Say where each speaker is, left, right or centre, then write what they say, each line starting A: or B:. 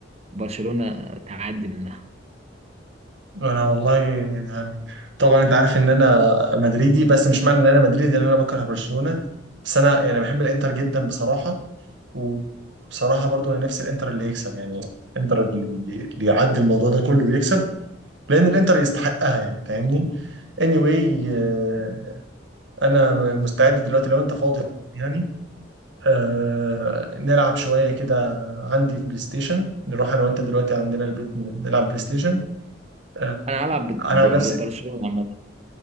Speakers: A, on the right; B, on the right.
A: برشلونة تعدي منها
B: انا والله يعني طبعا انت عارف ان انا مدريدي بس مش معنى ان انا مدريدي ان انا بكره برشلونة بس انا يعني بحب الانتر جدا بصراحة وبصراحة برضو انا نفسي الانتر اللي يكسب يعني الانتر اللي اللي يعدي الموضوع ده كله ويكسب لان الانتر يستحقها يعني فاهمني anyway آه، انا مستعد دلوقتي لو انت فاضي طبعا يعني آه نلعب شوية كده عندي في بلاي ستيشن نروح أنا وأنت دلوقتي عندنا البيت ن- نلعب بلاي ستيشن آه
A: انا هلعب ب-
B: أنا
A: ب-
B: عن نفسي
A: ببرشلونة عامة